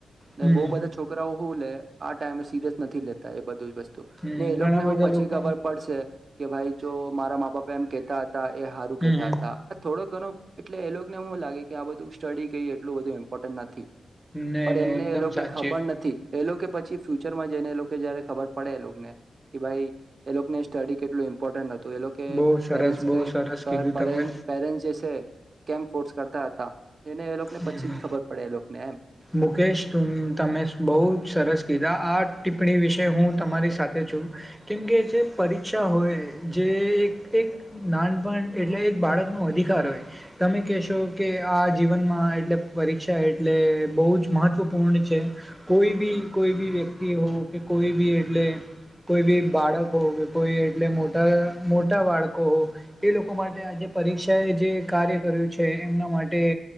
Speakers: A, in the centre; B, on the right (about 45°).
A: હમ
B: ને બો બધા છોકરાઓ હું લે આ ટાઈમે સિરિયસ નથી લેતા એ બધું જ વસ તુ
A: હમ
B: ને એ
A: ઘણા
B: લોકોને
A: બધા
B: હું પછી
A: લોકો
B: ખબર પડશે કે ભાઈ જો મારા મા બાપા એમ કેતા હ તા એ હારું
A: હમ
B: કેતા
A: હમ
B: હતા થોડોક કનો એટલે એ લોકોને હું લાગે કે આ બધું સ્ટડી કેય એટલું બધુંઇમ્પોર્ટન્ટ ન થી
A: નહી
B: પણ
A: નહી
B: એમને
A: એકદમ
B: એ લોકને
A: સાચી
B: ખબર નથી. એ લોકે પછી ફ્યુચરમાં જઈને એ લોકે જયારે ખબર પડે એ લોકોને કે ભાઈ એ લોકોને સ્ટડી કેટલું ઇમ્પોર્ટન્ટ હ તુ એ લોકો કે
A: બહુ સરસ
B: પેરેન્ટસ
A: બહુ સરસ
B: <unintelligible>
A: કીધું તમે
B: પેરેન્ટ્સ જે છે. કેમ ફોર્સ કરતા હતા એને એ લોકને
A: હમ
B: પછી
A: હમ
B: જ ખબર પડે એ લો નેમ
A: મુકેશ તુમ તમે બો સરસ કીધા આ ટિપ્પણી વિશે હું તમારી સાથે છું કેમકે જે પરીક્ષા હોય જે એક એક નાનપણ એટલે એક બાળકનો અધિકાર હોય તમે કહેશો કે આ જીવનમાં એટલે પરીક્ષા એટલે બહુ જ મહત્ત્વપૂર્ણ છે કોઈ બી કોઈ બી વ્યક્તિ હો કે કોઈ બી એટલે કોઈ બી બાળક હો કે કોઈ એટલે મોટા મોટા બાળકો હો એ લોકો માટે આજે પરીક્ષાએ જે કાર્ય કર્યું છે એમના માટે